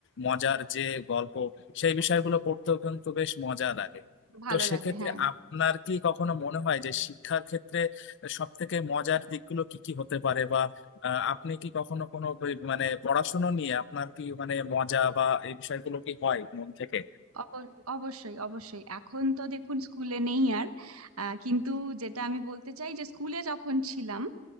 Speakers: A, on the left; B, on the right.
A: মজার যে গল্প সেই বিষয়গুলো পড়তেও কিন্তু বেশ মজা লাগে
B: ভালো
A: তো সেক্ষেত্রে
B: লাগে হ্যাঁ
A: আপনার কি কখনো মনে হয় যে শিক্ষার ক্ষেত্রে সব থেকে মজার দিকগুলো কি কি হতে পারে আহ, আপনি কি কখনো কোনো বই- মানে পড়াশোনা নিয়ে আপনার কি মানে মজা বা এই বিষয়গুলো কি হয় মন থেকে
B: অব- অবশ্যই অবশ্যই এখন তো দেখুন স্কুলে নেই আর আহ, কিন্তু যেটা আমি বলতে চাই যে স্কুলে যখন ছিলাম